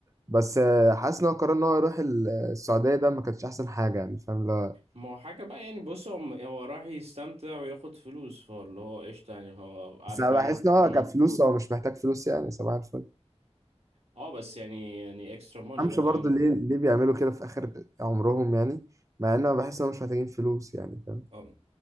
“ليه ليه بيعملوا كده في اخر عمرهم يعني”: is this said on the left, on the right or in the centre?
Right